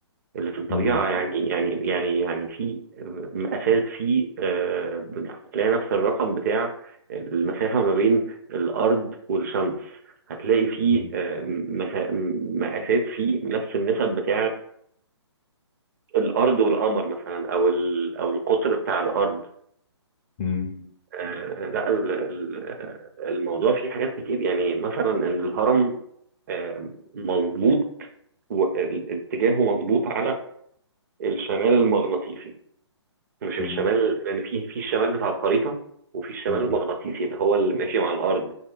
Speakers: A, on the right (about 40°); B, on the left (about 30°).
A: اللي في الطبيعة
B: مم.
A: يعني يعني يعني يعني في مقاسات في آه، هتلاقي نفس الرقم بتاع المسافة ما بين الأرض والشمس هتلاقي في
B: مم.
A: آه، مسا- مقاسات في نفس النسب بتاع الأرض والقمر مثلا أو ال- أو القطر بتاع الأرض
B: مم.
A: آه، لا ال- ال- الموضوع فيه حاجات كتير يعني مثلا إن الهرم آه، مظبوط و- ال- اتجاهه مظبوط على الشمال المغناطيسي مش الشمال
B: مم.
A: يعني في في الشمال بتاع الخريطة وفي الشمال
B: مم.
A: المغناطيسي اللي هو اللي ماشي مع الأرض